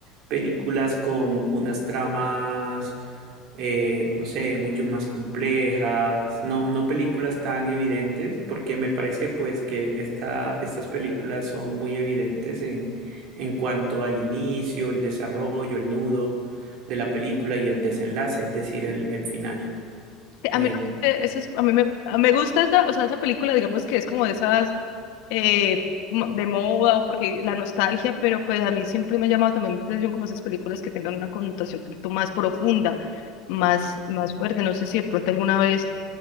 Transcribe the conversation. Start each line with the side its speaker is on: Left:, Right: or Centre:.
Right: películas con unas tramas. eh, no sé, mucho más complejas, no, no películas tan evidentes, porque me parece pues que esta, estas películas son muy evidentes en, en cuanto al inicio, el desarrollo, el nudo de la película y el desenlace, es decir, el, el final. Eh,
Left: A mí, eh, eso es- a mí me, a- me gusta esta, o sea, esa película, digamos que es como de esas eh, mo- de moda o porque la nostalgia, pero pues a mí siempre me ha llamado también la atención como esas películas que tengan una connotación un poquito más profunda, más, más fuerte. No sé si de pronto alguna vez